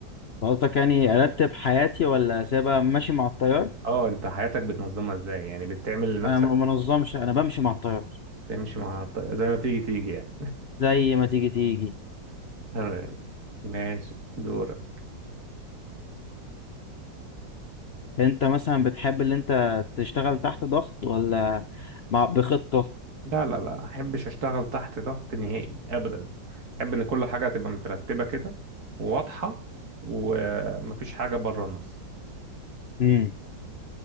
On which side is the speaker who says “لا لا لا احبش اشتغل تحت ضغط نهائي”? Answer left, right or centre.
Right